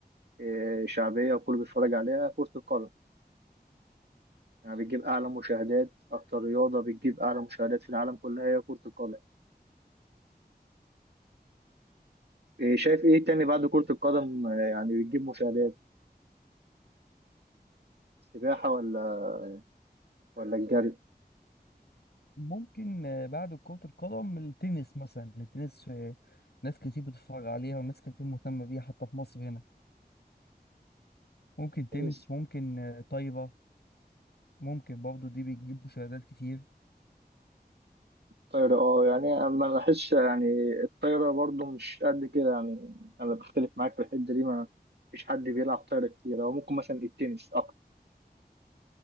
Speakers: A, on the right; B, on the left.
A: آه، شعبية وكله بيتفرج عليها كرة القدم يعني بتجيب أعلى مشاهدات أكتر رياضة بتجيب أعلى مشاهدات في العالم كلها هي كرة القدم آه، شايف إيه تاني بعد كرة القدم آه، يعني بتجيب مشاهدات السباحة ولا ولا الجري؟
B: ممكن آه، بعد كرة القدم التنس مثلا التنس آه، ناس كتير بتتفرج عليها وناس كتير مهتمة بيها حتى في مصر هنا ممكن تنس
A: تنس
B: ممكن آه، طايرة ممكن برضه دي بتجيب مشاهدات كتير
A: الطايرة اه يعني انا ما لاحظش يعني الطايرة برضو مش قد كده يعني انا بختلف معاك في الحتة دي ما فيش حد بيلعب طايرة كتير هو ممكن مثلا التنس اكتر